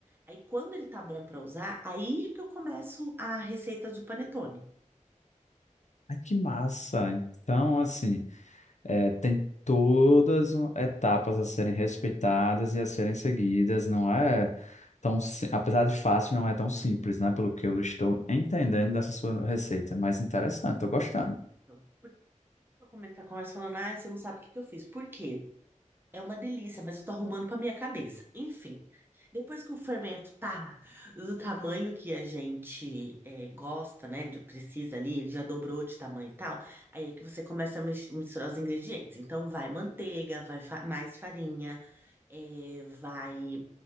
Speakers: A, on the right (about 15°); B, on the left (about 65°).
A: Aí quando ele tá bom para usar, aí é que eu começo a receita do panetone.
B: Ai, que massa. Então, assim, é, tem todas o- etapas a serem respeitadas e a serem seguidas. Não é tão, si- apesar de fácil, não é tão simples, né? Pelo que eu estou entendendo dessa sua receita, mas interessante, tô gostando.
A: Então, Eu comecei a conversa falando, ai, você não sabe o que que eu fiz. Por quê? É uma delícia, mas eu tô arrumando pra minha cabeça. Enfim, depois que o fermento tá do tamanho que a gente eh, gosta, né? de- Precisa ali, ele já dobrou de tamanho e tal. Aí é que você começa a mis- misturar os ingredientes. Então, vai manteiga, vai fa- mais farinha, eh, vai